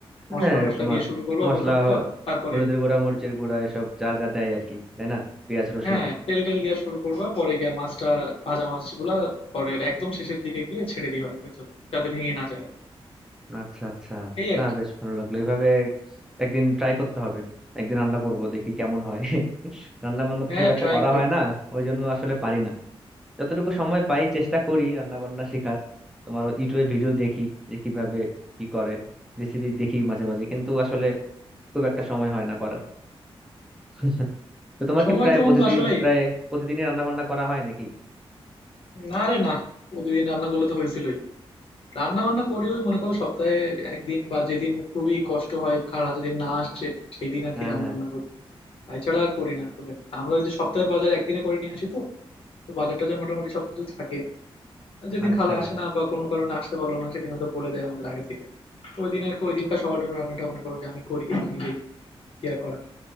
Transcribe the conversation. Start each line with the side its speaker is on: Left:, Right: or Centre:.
Left: মশলা
Centre: হ্যাঁ
Left: টশলা
Centre: তোমার
Left: দিয়ে শুরু করবা
Centre: মশলা
Left: প্রথম একটা
Centre: হ-
Left: তারপরে
Centre: হলুদের গুঁড়া মরিচের গুঁড়া এসব যা যা দেয় আর কি তাই না পেঁয়াজ রসুন
Left: হ্যাঁ তেল টেল দিয়ে শুরু করবা পরে গিয়া মাছটা ভাজা মাছগুলা পরে একদম শেষের দিকে গিয়ে ছেড়ে দিবা ভেতরে যাতে ভেঙে না যায় আবার
Centre: আচ্ছা আচ্ছা
Left: এই আর
Centre: না
Left: কি
Centre: বেশ ভালো লাগলো এইভাবে একদিন ট্রাই করতে হবে একদিন রান্না করব দেখি কেমন হয় <laughs> রান্না বান্না তো
Left: হ্যাঁ
Centre: খুব একটা
Left: ট্রাই
Centre: করা
Left: করো
Centre: হয় না ওই জন্য আসলে পারি না যতটুকু সময় পাই চেষ্টা করি রান্না বান্না শেখার তোমার ইউটিউবে ভিডিও দেখি যে কিভাবে কি করে রেসিপি দেখি মাঝে মাঝে কিন্তু আসলে খুব একটা সময় হয় না করার <laughs> তো তোমার
Left: সময়
Centre: কি প্রায়
Left: তো বন্ধু
Centre: প্রতিদিন
Left: আসলেই
Centre: প্রায় প্রতিদিনই রান্না বান্না করা হয় নাকি
Left: না রে না প্রতিদিন রান্নাগুলো তো হয়েছিলই রান্না বান্না করিও মনে করো সপ্তাহে একদিন বা যেদিন খুবই কষ্ট হয় খালা যেদিন না আসে সেই দিন আর
Centre: হ্যাঁ
Left: কি রান্না
Centre: হ্যাঁ
Left: বান্না করি তাই ছাড়া আর করি না খুব একটা আমরা ওই যে সপ্তাহের বাজার একদিনে করে নিয়ে আসি তো তো বাজার টাজার মোটামুটি সবকিছু থাকে যেদিন
Centre: আচ্ছা
Left: খালা আসে না বা কোনো কারণে আসতে পারলো না সেদিন হয়তো বলে দেয় আমাদের আগে থেকে তো ওই দিনে ওই দিনকার সবার জন্য রান্নাটা মনে করো যে আমি করি নিজেই কি আর করার